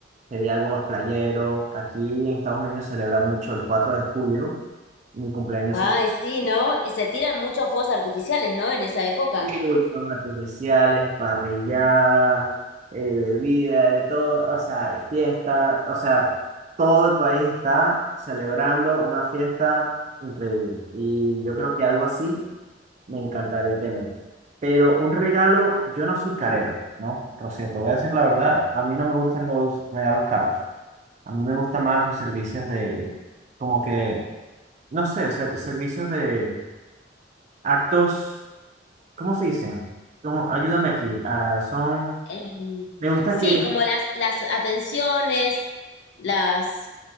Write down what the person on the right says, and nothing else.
Sería algo más playero. Aquí en Estados Unidos se celebra mucho el 4 de julio. Mi cumpleaños
y fuegos artificiales, parrilladas, eh, bebida, de todo, o sea, fiesta, o sea, todo el país está celebrando una fiesta increíble. Y yo creo que algo así me encantaría tener. Pero un regalo, yo no soy carero, ¿no? Rocío, te voy a decir la verdad, a mí no me gustan los regalos caros. A mí me gustan más los servicios de, como que, no sé, ser- servicios de actos. ¿cómo se dicen? ¿Cómo? Ayúdame aquí. Ah, son,
me gusta
que,